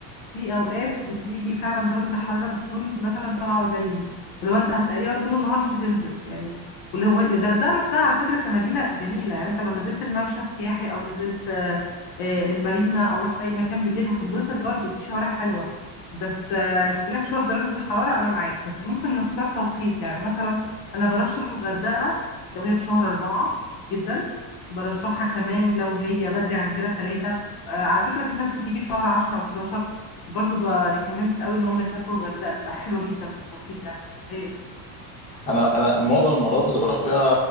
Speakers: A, on the left (about 50°); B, on the left (about 15°).
A: في اوقات بتيجي فعلا درجه الحراره بتكون مثلا 47 فلو انت تقريبا طول النهار مش هتنزل يعني واللي هو الغردقه نفسها على فكره كمدينه جميله يعني انت لو نزلت الممشى السياحي او نزلت آه، آه، المارينا او رحت اي مكان بالليل هتنبسط برضو في شوارع حلوه بس آه، اختلاف شويه في درجه الحراره انا معاك بس ممكن نختار توقيت يعني مثلا انا برشح الغردقه لو هي في شهر أربعة جدا برشحها كمان لو هي بدري عن كده ثلاثة على فكرة في ناس بتيجي في شهر 10 و11 برضو بريكومندد قوي ان هم يسافروا الغردقه بتبقى حلوه جدا في التوقيت ده ممتاز
B: انا انا معظم المرات اللي بروح فيها